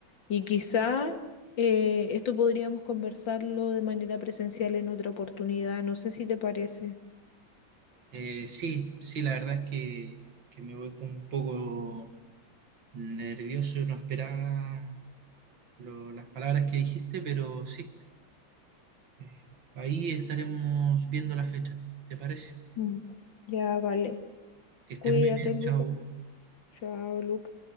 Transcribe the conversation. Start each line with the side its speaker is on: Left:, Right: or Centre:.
Left: Y quizá eh, esto podríamos conversarlo de manera presencial en otra oportunidad. No sé si te parece.
Right: Eh, sí, sí, la verdad es que, que me voy con un poco nervioso, no esperaba lo- las palabras que dijiste, pero sí. Eh, ahí estaremos viendo la fecha. ¿Te parece?
Left: Mm. Ya, vale.
Right: Que estés
Left: Cuídate,
Right: muy bien.
Left: Lucas.
Right: Chao.
Left: Chao, Lucas.